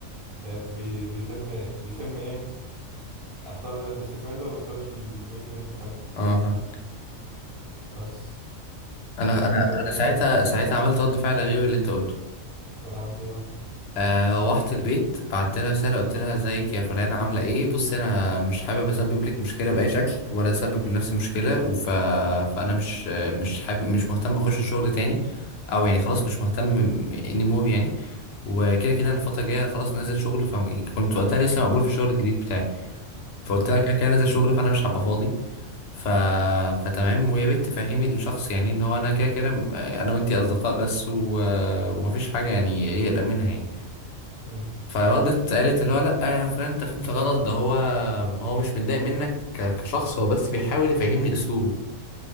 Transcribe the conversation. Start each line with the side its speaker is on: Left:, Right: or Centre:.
Right: آه، بي بيتم بيتم ايه اختار البيست فريند ولا اختار البوي فريند فاهم
Left: اه فاهم
Right: بس
Left: انا
Right: عشان
Left: انا
Right: كده بقول
Left: انا ساعتها
Right: لك
Left: ساعتها عملت رد فعل غير اللي انت قلته
Right: عملت ايه بقى
Left: آه روحت البيت بعت لها رساله قلت لها ازيك يا فلانه عامله ايه بص انا مش حابب اسبب لك مشكله باي شكل ولا اسبب لنفسي مشكله وف... فانا مش مش حابب مش مهتم اخش الشغل تاني او يعني خلاص مش مهتم اني مور يعني وكده كده انا الفتره الجايه خلاص نازل شغل فكنت وقتها لسه مقبول في الشغل الجديد بتاعي فقلت
Right: امم
Left: لها كده كده نازل شغل فانا مش هبقى فاضي ف... فتمام ويا ريت تفهمي الشخص يعني ان هو انا كده كده م- انا وانتي اصدقاء بس و... ومفيش حاجه يعني يقلق منها يعني
Right: امم
Left: فردت قالت اللي هو لا يا فلان انت فهمت غلط ده هو هو مش متضايق منك ك... كشخص هو بس بيحاول يفهمني اسلوبه